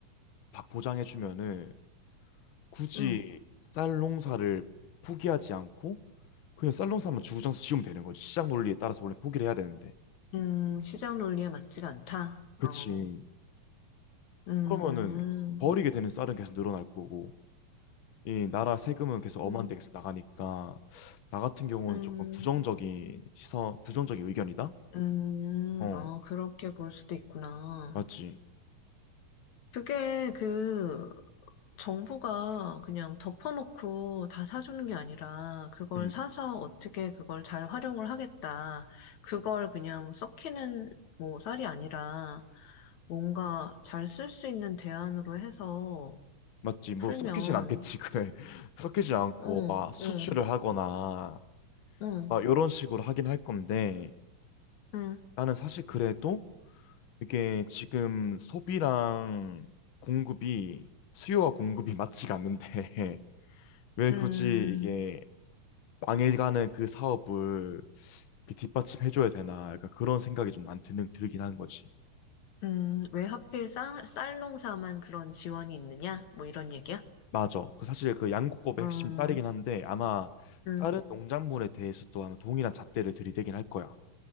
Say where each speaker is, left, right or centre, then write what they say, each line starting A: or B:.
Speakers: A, on the left; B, on the left.
A: 다 보장해주면은 굳이
B: 음,
A: 쌀 농사를 포기하지 않고 그냥 쌀 농사만 주구장창 지으면 되는 거지. 시장 논리에 따라서 원래 포기를 해야 되는데.
B: 음, 시장 논리에 맞지가 않다.
A: 그치.
B: 어, 음,
A: 그러면은 버리게 되는 쌀은 계속 늘어날 거고 이 나라 세금은 계속 엄한데
B: 음,
A: 계속 나가니까 나 같은 경우는
B: 음,
A: 조금 부정적인 시선, 부정적인 의견이다?
B: 음,
A: 어,
B: 어, 그렇게 볼 수도 있구나.
A: 맞지.
B: 그게 그 정부가 그냥 덮어놓고 다 사주는 게 아니라 그걸
A: 응
B: 사서 어떻게 그걸 잘 활용을 하겠다. 그걸 그냥 썩히는 뭐 쌀이 아니라 뭔가 잘 쓸 수 있는 대안으로 해서
A: 맞지. 뭐
B: 풀면,
A: 섞이진 않겠지. 그래. <laughs> 섞이지 않고
B: 응,
A: 막 수출을
B: 응,
A: 하거나
B: 응,
A: 막 이런 식으로 하긴 할 건데
B: 응,
A: 나는 사실 그래도 이게 지금 소비랑 공급이 수요와 공급이 맞지가 않는데 <laughs> 왜
B: 음,
A: 굳이 이게 망해가는 그 사업을 이렇게 뒷받침해줘야 되나 약간 그런 생각이 좀 안 드는 들긴 한 거지.
B: 음, 왜 하필 쌀, 쌀 농사만 그런 지원이 있느냐? 뭐 이런 얘기야?
A: 맞아. 그 사실 그 양국법의
B: 음,
A: 핵심 쌀이긴 한데 아마
B: 음,
A: 다른 농작물에 대해서도 아마 동일한 잣대를 들이대긴 할 거야.